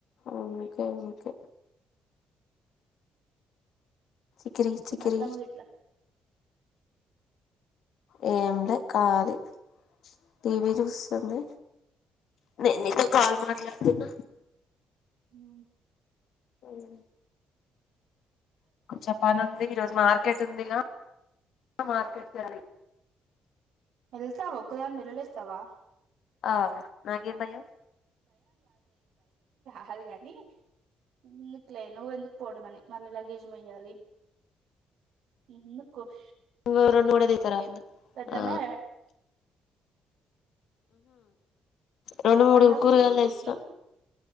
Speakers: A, on the left; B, on the right.
A: ఓకే ఓకే చికిరి చకిరి
B: చిన్నత్తమ్మ గిట్లా
A: ఏమింట కాలీ టీవీ చూస్తుంది న నత కల్ మారలా తనా
B: ఉ
A: అవు జప్పన ఈ రోజు మార్కెట్ ఉంది మార్కెట్ చ
B: వెళ్తావా ఒకక్కదాని నిలలేస్తావా
A: ఆ నాగ భయా
B: రాదు కాని ఇందుకులే నువ్వు ఎందుకు పోవడ అని మళ్ళీ లగేజం వయాలి ఇన్న కురి
A: ఇ రెం ఊడదతారా ఇంద
B: పెద్దమ్మే
A: ఆ రెండు మూడు
B: పండగ
A: కూరగాయలు
B: ఉందిగా ఈ
A: వేస్తాం
B: వీక్ లో